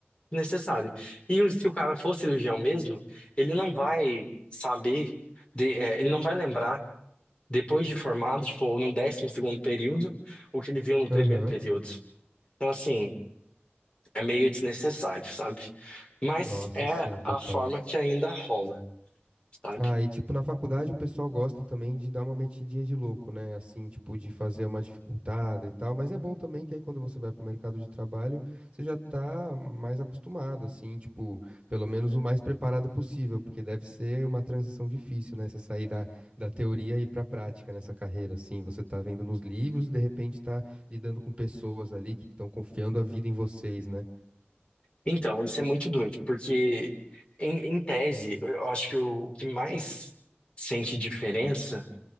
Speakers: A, on the left; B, on the right.
A: necessário. E o- se o cara for cirurgião mesmo, ele não vai saber, de- é, ele não vai lembrar, depois de formado, tipo, no décimo segundo período, o que ele viu no primeiro
B: Aham.
A: período. Então, assim, é meio desnecessário, sabe? Mas
B: Nossa,
A: é
B: sim, total.
A: a forma que ainda rola, sabe?
B: Ah, e tipo, na faculdade o pessoal gosta também de dar uma metidinha de louco, né? Assim, tipo, de fazer uma dificultada e tal, mas é bom também que aí quando você vai pro mercado de trabalho, você já tá mais acostumado, assim, tipo, pelo menos o mais preparado possível, porque deve ser uma transição difícil, né? Você sair da, da teoria e ir pra prática nessa carreira, assim, você tá vendo nos livros e de repente tá lidando com pessoas ali que estão confiando a vida em vocês, né?
A: Então, isso é muito doido, porque, em, em tese, eu acho que o, o que mais sente diferença